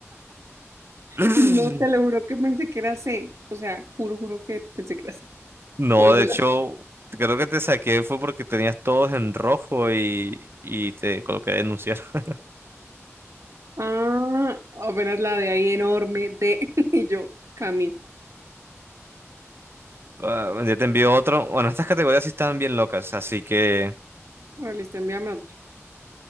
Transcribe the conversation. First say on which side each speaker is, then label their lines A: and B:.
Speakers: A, on the right; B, on the right.
A: <laughs>
B: <laughs>
A: No, te lo juro que pensé que era C. O sea, juro, juro que pensé que era C.
B: No,
A: Por eso,
B: de hecho,
A: la-
B: creo que te saqué fue porque tenías todos en rojo y, y te coloqué a denunciar. <laughs>
A: ah, apenas la de ahí enorme, D. <laughs> Y yo, Camil.
B: Ah, ya te envío otro. Bueno, estas categorías sí estaban bien locas, así que
A: Ah, listo, envíame otro.